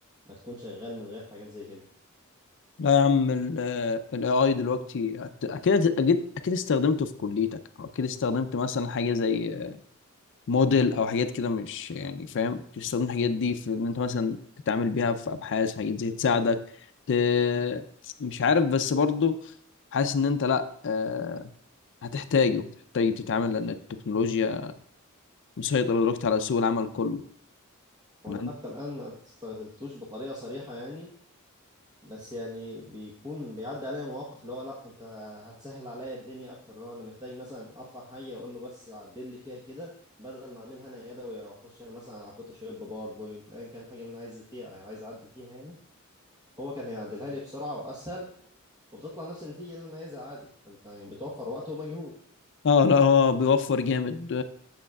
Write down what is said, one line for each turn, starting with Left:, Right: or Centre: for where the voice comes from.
Right: ما تكون شغال من غير حاجات زي كده
Left: لا يا عم الاي اي دلوقتي هت- اكيد اكيد اكيد استخدمته في كليتك او اكيد استخدمت مثلا حاجه زي موديل او حاجات كده مش يعني فاهم أكيد استخدمت الحاجات دي في ان انت مثلا تتعامل بيها في ابحاث حاجات زي تساعدك ت... مش عارف بس برضو حاسس ان انت لا آه، هتحتاجه هتحتاج تتعامل لان التكنولوجيا مسيطره دلوقتي على سوق العمل كله
Right: وانا
Left: أنا عندي-
Right: حتى الان ما استخدمتوش بطريقه صريحه يعني بس يعني بيكون بيعدي عليا مواقف اللي هو لا انت هتسهل عليا الدنيا اكتر اللي هو انا محتاج مثلا ارفع حاجه اقول له بس عدل لي فيها كده بدل ما اعملها انا يدوي او اخش انا مثلا على فوتوشوب باوربوينت ايا كان حاجه اللي انا عايز فيها عايز اعدل فيها يعني هو كان هيعدلها لي بسرعه واسهل وبتطلع نفس النتيجه اللي انا عايزها عادي فانت يعني بتوفر وقت ومجهود
Left: اه لا هو بيوفر جامد